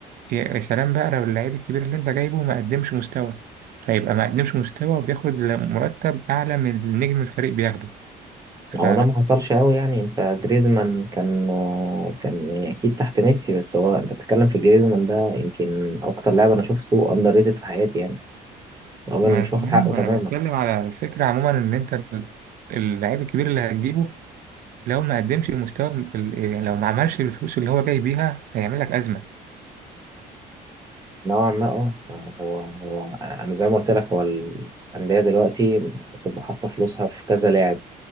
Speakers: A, on the right; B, on the right.
A: يا يا سلام بقى لو اللعيب الكبير اللي أنت جايبه ما قدمش مستوى فيبقى ما قدمش مستوى وبياخد مرتب أعلى من النجم الفريق بياخده ف...
B: ما هو ده ما حصلش أوي يعني أنت جريزمان كان كان يعني أكيد تحت ميسي بس هو أنت بتتكلم في جريزمان ده يمكن أكتر لاعب أنا شفته أندر ريتد في حياتي يعني الراجل
A: ما
B: مش
A: تمام
B: واخد حقه
A: ما
B: تماما
A: انا بتكلم على الفكره عموما ان انت ال- اللاعب الكبير اللي هتجيبه لو ما قدمش المستوى ال- ال- لو ما عملش الفلوس اللي هو جاي بيها هيعمل لك ازمه
B: نوعا ما أه هو هو أنا زي ما قلت لك هو الأندية دلوقتي بتبقى حاطة فلوسها في كذا لاعب